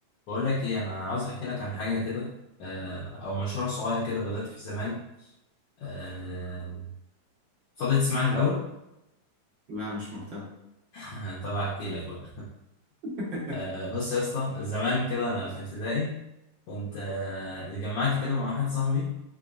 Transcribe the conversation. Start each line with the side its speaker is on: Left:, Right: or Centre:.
Left: بقول لك ايه انا عاوز احكي لك عن حاجه كده آه، او مشروع صغير كده بدات فيه زمان آه، فاضي تسمعني الاول
Right: لا مش مهتم
Left: <laughs> طب احكي لك بقى
Right: <laughs>
Left: آه، بص يا اسطى زمان كده انا في ابتدائي كنت آه، اتجمعت كده مع واحد صاحبي